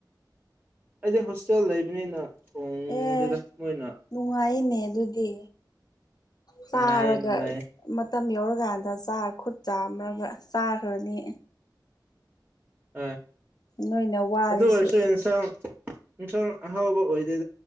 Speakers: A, on the right; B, on the left.
A: ꯑꯩꯗꯤ ꯍꯣꯁꯇꯦꯜ ꯂꯩꯕꯅꯤꯅ ꯊꯣꯡꯗꯨꯗ
B: ꯑꯦ
A: ꯃꯣꯏꯅ
B: ꯅꯨꯡꯉꯥꯏꯅꯦ ꯑꯗꯨꯗꯤ ꯆꯥꯔꯒ
A: ꯅꯨꯡꯉꯥꯏꯌꯦ ꯅꯨꯡꯉꯥꯏꯌꯦ
B: ꯃꯇꯝ ꯌꯧꯔꯀꯥꯟꯗ ꯆꯥꯔ ꯈꯨꯠ ꯆꯥꯃ ꯑꯗꯨꯒ ꯆꯥꯈ꯭ꯔꯅꯤ
A: ꯍꯣꯏ
B: ꯅꯣꯏꯅ ꯋꯥꯔꯤꯁꯦ
A: ꯑꯗꯨ ꯑꯣꯏꯔꯁꯨ ꯑꯦꯟꯁꯥꯡ ꯌꯦꯟꯁꯥꯡ ꯑꯍꯥꯎꯕ ꯑꯣꯏ